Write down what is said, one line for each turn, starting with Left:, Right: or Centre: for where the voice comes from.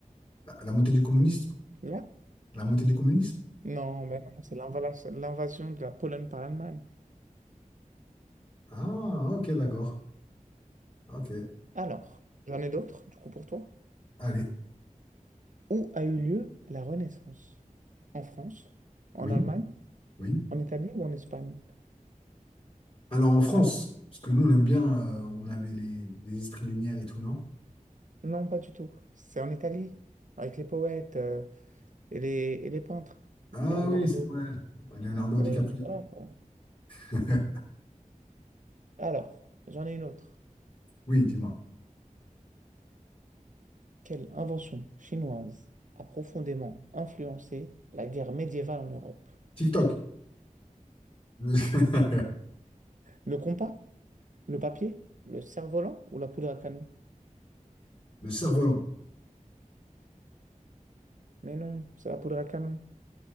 Left: La, la montée du communisme?
Right: Là?
Left: La montée du communisme?
Right: Non, ben non, c'est l'invas- l'invasion de la Pologne par l'Allemagne.
Left: Ah, ok, d'accord. Ok.
Right: Alors, j'en ai d'autres, du coup, pour toi.
Left: Allez.
Right: Où a eu lieu la Renaissance? En France, en
Left: Oui,
Right: Allemagne,
Left: oui.
Right: en Italie ou en Espagne?
Left: Alors en France, parce que nous, on aime bien, euh, on avait les, les esprits lumière et tout, non?
Right: Non, pas du tout. C'est en Italie, avec les poètes euh, et les, et les peintres.
Left: Ah
Right: Leonardo.
Left: oui, c'est vrai. Leonardo DiCaprio.
Right: euh, voilà, quoi.
Left: <laughs>
Right: Alors, j'en ai une autre.
Left: Oui, dis-moi.
Right: Quelle invention chinoise a profondément influencé la guerre médiévale en Europe?
Left: TikTok. <laughs> Le
Right: Le compas? Le papier? Le cerf-volant ou la poudre à canon?
Left: cerf-volant.
Right: Mais non, c'est la poudre à canon.